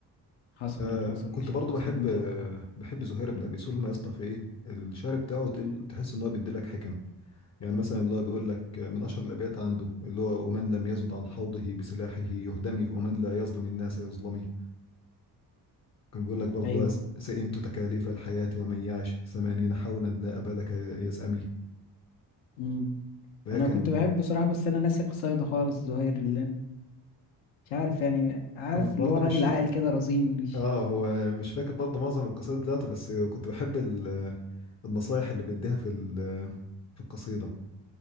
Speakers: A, on the left; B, on the left.
A: حصل
B: آه
A: حصل
B: كنت
A: شيء
B: برضو
A: قصيده
B: بحب
A: جامده
B: آه
A: قوي
B: بحب زهير بن ابي سلمى يا اسطى في ايه الشعر بتاعه تقل- تحس ان هو بيديلك حكم يعني مثلا اللي هو بيقول لك آه، من اشهر الابيات عنده اللي هو ومن لم يزد عن حوضه بسلاحه يهدمي ومن لا يظلم الناس يظلمي كان بيقول لك برضه
A: ايوه
B: اللي هو س- سئمت تكاليف الحياة ومن يعش ثمانين حولا لا أبا لك يسأمي
A: امم
B: فهي
A: انا
B: كان
A: كنت بحبه بصراحه بس انا ناسي قصايده خالص زهير لان مش عارف يعني عارف
B: هو برضه
A: اللي هو راجل
B: مش
A: عاقل كده رزين مش
B: اه هو مش فاكر برضه معظم القصائد بتاعته بس كنت بحب ال- النصايح اللي بيديها في ال- في القصيدة